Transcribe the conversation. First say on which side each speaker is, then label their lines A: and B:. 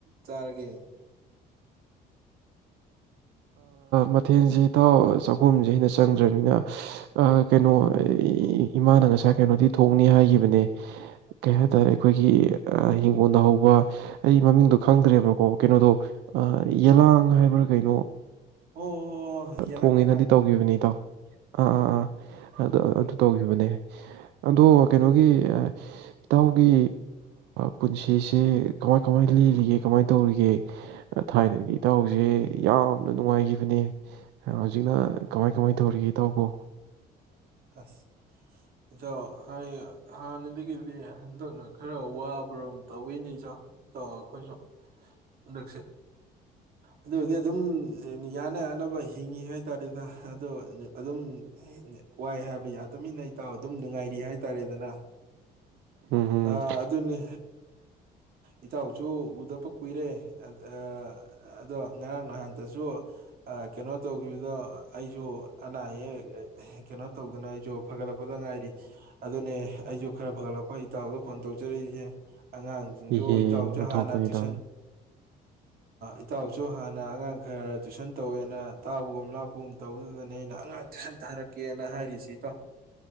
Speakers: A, on the right (about 60°); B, on the right (about 90°).
A: ꯆꯥꯔꯒꯦ
B: ꯃꯊꯦꯜꯁꯦ ꯏꯇꯥꯎ ꯆꯥꯛꯈꯨꯝꯁꯦ ꯑꯩꯅ ꯆꯪꯗ꯭ꯔꯅꯤꯅ ꯀꯩꯅꯣ ꯏꯃꯥꯅ ꯉꯁꯥꯏ ꯀꯩꯅꯣꯗꯤ ꯊꯣꯡꯅꯤ ꯍꯥꯏꯒꯤꯈꯤꯕꯅꯦ ꯀꯩ ꯍꯥꯏ ꯇꯔꯦ ꯑꯩꯈꯣꯏꯒꯤ ꯍꯤꯡꯒꯣꯜꯗ ꯍꯧꯕ ꯑꯩ ꯃꯃꯤꯡꯗꯣ ꯈꯪꯗ꯭ꯔꯦꯕꯀꯣ ꯀꯩꯅꯣꯗꯣ ꯌꯦꯂꯥꯡ ꯍꯥꯏꯕ꯭ꯔ ꯀꯩꯅꯣ
A: ꯑꯣ ꯌꯦꯂꯪ
B: ꯊꯣꯡꯉꯦꯅꯗꯤ
A: ꯌꯦꯂꯪ
B: ꯇꯧꯈꯤꯕꯅꯤ ꯏꯇꯥꯎ ꯑꯥ ꯑꯥ ꯑꯥ ꯑꯗꯨ ꯑꯗꯨ ꯇꯧꯒꯦ ꯑꯗꯣ ꯀꯩꯅꯣꯒꯤ ꯏꯇꯥꯎꯒꯤ ꯄꯨꯟꯁꯤꯁꯦ ꯀꯃꯥꯏ ꯀꯃꯥꯏ ꯂꯤꯜꯂꯤꯒꯦ ꯀꯃꯥꯏ ꯇꯧꯔꯤꯒꯦ ꯊꯥꯏꯅꯒꯤ ꯇꯧꯁꯤ ꯌꯥꯝ ꯌꯥꯝꯅ ꯅꯨꯡꯉꯥꯏꯈꯤꯕꯅꯦ ꯍꯧꯖꯤꯛꯅ ꯀꯃꯥꯏ ꯀꯃꯥꯏ ꯇꯧꯔꯤꯒꯦ ꯏꯇꯥꯎꯕ
A: ꯑꯁ ꯏꯆꯥꯎ ꯍꯥꯟ ꯍꯥꯟꯅꯗꯒꯤꯗꯤ ꯍꯟꯗꯛꯅ ꯈꯔ ꯋꯥꯕꯔꯣ ꯇꯧꯤꯅꯦ ꯏꯆꯥꯎ ꯏꯇꯥꯎ ꯑꯩꯈꯣꯏꯁꯨ ꯍꯟꯗꯛꯁꯦ ꯑꯗꯨ ꯑꯣꯏꯗꯤ ꯑꯗꯨꯝ ꯌꯥꯅ ꯌꯥꯅꯕ ꯍꯤꯡꯉꯤ ꯍꯥꯏꯇꯥꯔꯦꯗ ꯑꯗꯣ ꯑꯗꯨꯝ ꯋꯥꯏ ꯍꯥꯏꯕ ꯌꯥꯗꯃꯤꯟꯅ ꯏꯇꯥꯎ ꯑꯗꯨꯝ ꯅꯨꯡꯉꯥꯏꯔꯤ ꯍꯥꯏꯇꯥꯔꯦꯗꯅ
B: ꯎꯝ ꯍꯝ
A: ꯑ ꯑꯗꯨꯅꯤ ꯏꯇꯥꯎꯁꯨ ꯎꯗꯕ ꯀꯨꯏꯔꯦ ꯑꯥ ꯑꯗꯣ ꯉꯔꯥꯡ ꯅꯍꯥꯟꯇꯁꯨ ꯀꯩꯅꯣ ꯇꯧꯈꯤꯕꯗꯣ ꯑꯩꯁꯨ ꯑꯅꯥ ꯑꯌꯦꯛ ꯀꯩꯅꯣ ꯇꯧꯗꯅ ꯑꯩꯁꯨ ꯐꯒꯠꯂꯛꯄꯗ ꯉꯥꯏꯔꯤ ꯑꯗꯨꯅꯦ ꯑꯩꯁꯨ ꯈꯔ ꯐꯒꯠꯂꯛꯄ ꯏꯇꯥꯎꯗ ꯐꯣꯟ ꯇꯧꯖꯔꯛꯏꯁꯦ ꯑꯉꯥ ꯁꯤꯡꯖꯨ
B: ꯏꯍꯦ
A: ꯏꯇꯥꯎꯁꯨ
B: ꯑꯣꯟꯊꯣꯛꯄꯅꯤꯗ
A: ꯍꯥꯟꯅ ꯇꯨꯏꯁꯟ ꯏꯇꯥꯎꯁꯨ ꯍꯥꯟꯅ ꯑꯉꯥꯡ ꯈꯔ ꯇꯨꯏꯁꯟ ꯇꯧꯋꯦꯅ ꯇꯥꯕꯒꯨꯝ ꯂꯥꯛꯄꯒꯨꯝ ꯇꯧꯗꯨꯗꯅꯦ ꯑꯩꯅ ꯑꯉꯥꯡ ꯇꯨꯏꯁꯟ ꯇꯥꯔꯛꯀꯦꯅ ꯍꯥꯏꯔꯤꯁꯦ ꯏꯇꯥꯎ꯫